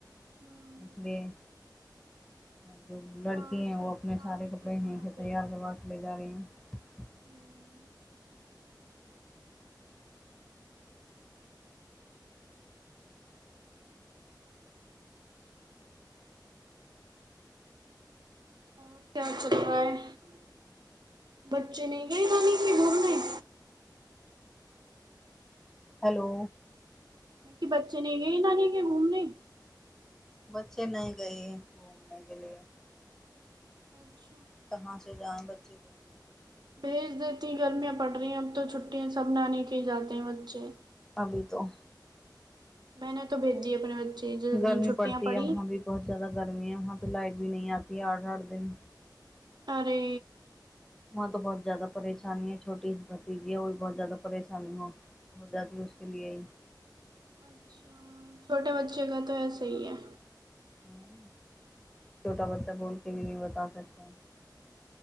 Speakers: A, on the right (about 65°); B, in the centre.
A: हम्म,
B: इसलिए आँ जो लड़की
A: हाँ
B: है वो
A: सही
B: अपने सारे
A: हाँ में
B: कपड़े
A: ठीक
B: हींग
A: होना
B: के
A: चाहिए
B: तैयार करबा लेजा रही ऐ
A: हम्म, और क्या चल रहा है बच्चे नहीं गए नानी के गांव में
B: हलो
A: मटी बच्चे नही गये नानी के घूमने
B: बच्चे नहीं गई है घूमने के लिए
A: अच्छा
B: कहाँ से जाए बच्चे घूमने के लिए
A: भेज देती गर्मियां पड़ रही है अब त छुटी सब नानी के जाते हैं बच्चे
B: बड़ितहु
A: मैने तो भेजी अपने बच्चे जिस
B: गर्मी
A: दिन छुट्टियां
B: पड़ती
A: पड़ी
B: वहाँ भी बहुत ज्यादा गर्मी है वहाँ त लाइट भी नहीं आती आर भर दिन
A: अरे
B: वहाँ त बहुत ज़्यादा परेशानी है छोटी भतीजी है ओ बहुत ज्यादा परेशानी हो हो जाती है उसके लिए
A: अच्छा छोटे बच्चे का तो ऐसे ही है
B: ह छोटा बच्चा बोलके भी न बता सकता